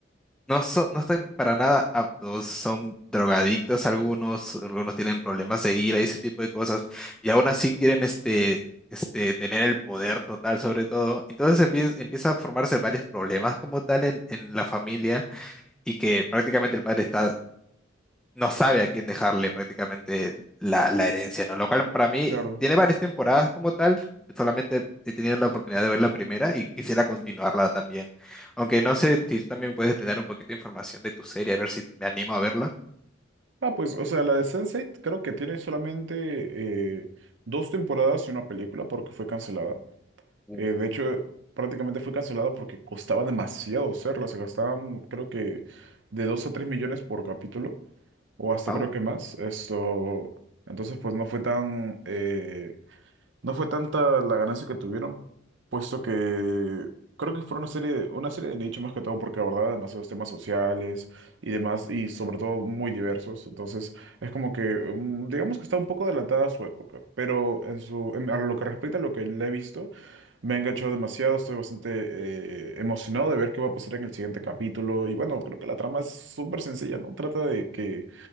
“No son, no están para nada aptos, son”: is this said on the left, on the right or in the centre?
Centre